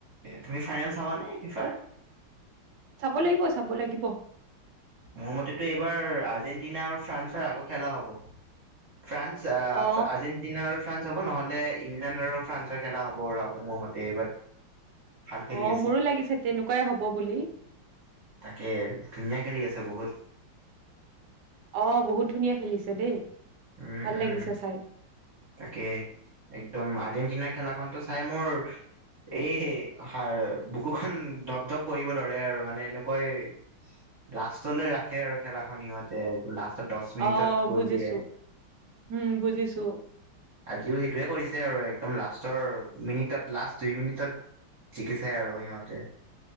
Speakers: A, on the right; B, on the right.
A: তুমি ফাইনেল চাবা নে ফিফাৰ?
B: চাব লাগিব, চাব লাগিব।
A: মোৰ মতেতো এইবাৰ আৰ্জেণ্টিনা আৰু ফ্ৰান্সৰ আকৌ খেলা হ'ব। ফ্ৰান্স- আচ্ছা আজিন
B: অ
A: আৰ্জে্টিনা আৰু ফ্ৰান্স হ'ব নহ'লে ইংলেণ্ড আৰু ফ্ৰান্সৰ খেলা হ'ব আৰু আকৌ মোৰ মতে। ভাল খেলি
B: অ‌
A: আছে
B: মোৰো লাগিছে তেনেকুৱাই হ'ব বুলি।
A: তাকে ধুনীয়া খেলি আছে বহুত।
B: অঁ বহুত ধুনীয়া খেলিছে দেই
A: উম
B: ভাল
A: উম
B: লাগিছে চাই।
A: তাকে, একদম আৰ্জেণ্টিনাৰ খেলাখনতো চাই মোৰ এই হেই হাড় বুকুখন ধঢপ ধপ কৰিব ধৰে আৰু মানে এনেকুৱাই লাষ্টলৈ ৰাখে আৰু খেলাখন সিহঁতে লাষ্টত দশ মিনিটত
B: অ
A: গ'ল
B: বুজিছো
A: দিয়ে।
B: উম বুজিছো।
A: আজিও সেইটোৱে কৰিছে আৰু একদম লাষ্টৰ মিনিটত লাষ্ট দুই মিনিটত জিকিছে আৰু সিহঁতে।